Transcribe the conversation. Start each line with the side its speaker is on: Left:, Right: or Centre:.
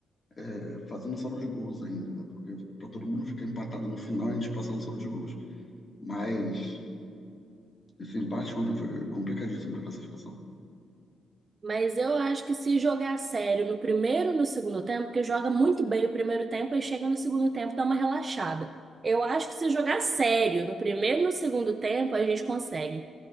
Left: é, fazendo saldo de gols ainda, né? Porque para todo mundo ficar empatado no final, a gente passar no saldo de gols. Mas. Esse empate ontem foi complicadíssimo para a classificação.
Right: Mas eu acho que se jogar sério no primeiro e no segundo tempo, porque joga muito bem o primeiro tempo e chega no segundo tempo, dá uma relaxada. Eu acho que se jogar sério no primeiro e no segundo tempo, a gente consegue.